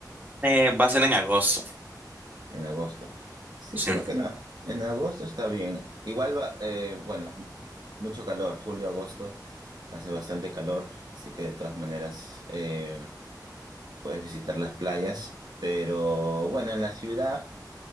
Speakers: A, on the right; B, on the right.
A: Eh, va a ser en agosto,
B: en agosto. Sí,
A: sí.
B: creo que en, a- en agosto está bien. Igual va, eh, bueno, mu- mucho calor, julio, agosto, hace bastante calor, así que de todas maneras... eh, puedes visitar las playas, pero bueno, en la ciudad,